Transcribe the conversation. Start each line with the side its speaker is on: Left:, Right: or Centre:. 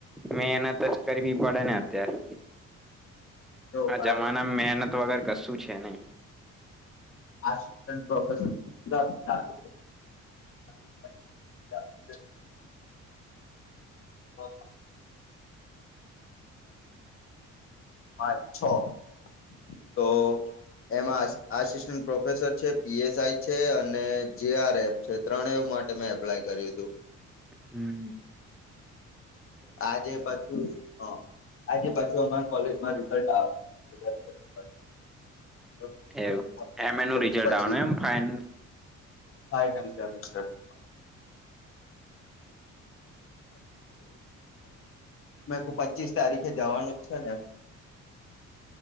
Centre: મેહનત જ કરવી પડે ને અત્યારે
Left: જો
Centre: આ
Left: મારે
Centre: જમાના મહેનત વગેર કશું છે નહી
Left: આછી. <unintelligible> <unintelligible> પાચ છ તો એમાં આસિસ્ટન્ટ પ્રોફેસર છે. પીએસઆઈ છે અને જેઆર એફ છે ત્રણ એવું માટે મેં એપ્લાય કર્યું હતું.
Centre: હમ્મ.
Left: આજે પાછું. હ આજે પાછુ અમારે કોલેજમાં રિઝલ્ટ આવે છે. બધા રિઝલ્ટ લેવા જવાના છે હું
Centre: એવું
Left: અત્યારે
Centre: એમ
Left: નહી
Centre: એ નું
Left: જઉં
Centre: રિઝલ્ટ
Left: પછી
Centre: આવનુ એમ ફાઇન
Left: ફાઈનલ ટમસર ન <unintelligible> મે કો પછ પચીસ તારીખે જવાનું છે ને એમ